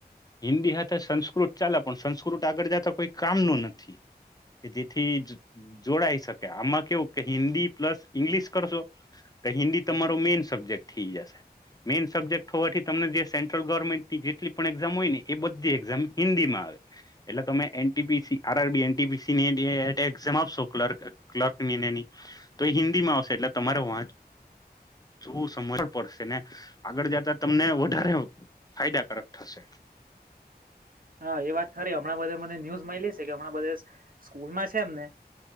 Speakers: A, on the left (about 25°); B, on the right (about 55°).
A: હિન્દી હાથે સંસ્કૃત ચાલે પણ સંસ્કૃત આગળ જતા કોઈ કામનુ નથી. કે જેથી જોડાઈ શકે આમાં કેવું કે હિન્દી પ્લસ ઇંગ્લિશ કરશો તો હિન્દી તમારો મેન સબ્જેક્ટ થઈ જશે મેઈન સબ્જેક્ટ હોવાથી તમ જે સેન્ટ્રલ ગવર્મેન્ટની જેટલી પણ હોયને એ બધી એકઝામ હિન્દીમાં આવે એટલે તમે એનટી પીસી આરરબી એનટી પસીની ટેટ એકઝામ આપશો ક્લર્ક ક્લર્કની નેની તો એ હિન્દીમાં આવશે એટલે તમારે વાચ ચવુ સમજવ પડશે ને આગળ જતા તમને વધારે ફાયદાકારક થશે
B: હા એ વાત ખરી હમણાં બધા મને ન્યૂઝ મયલી છે કે હમણાં બધા સ્કૂલમાં છે એમને